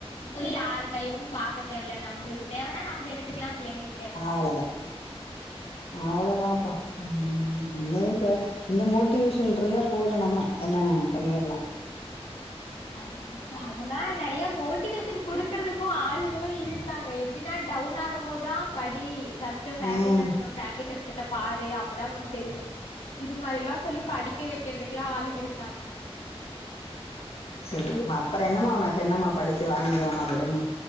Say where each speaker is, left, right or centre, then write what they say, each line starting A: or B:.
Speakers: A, on the left (about 85°); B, on the left (about 65°).
A: போய் யாரு கையவு பாக்க தேவல்ல நம்ளுக்கு தேவனா நம்ப எடுத்துக்லா பிள்ளைங்களுக்
B: அவ்ளதா அவ்ளதாப்பா <unintelligible> இந்த மோட்டிவேஷன்ட்ருந்தா போது நம்ம என்ன பண்ணிர்லா
A: அத் அதல்லா நறைய மோட்டிவேஷன் குடு க்கிறதுக்கு ஆளுங்களு இருக்காங்க எப்டினா டவுன் ஆகம்போதா படி கஷ்டொ ஃபேமிலி
B: ம்
A: கஷ்டொ ஃபேமிலி கஷ்டத்த பாரு அப்தா ஒனக்கு தெரியு இது மாரில்லா சொல்லி படிக்க வெக்கிறதுக்கலா ஆளுங்கரு
B: சேரிமா அப்றோ என்னமா ஒனக்கு என்னமா படிச்சு வாங்கிருவோமா விடுமா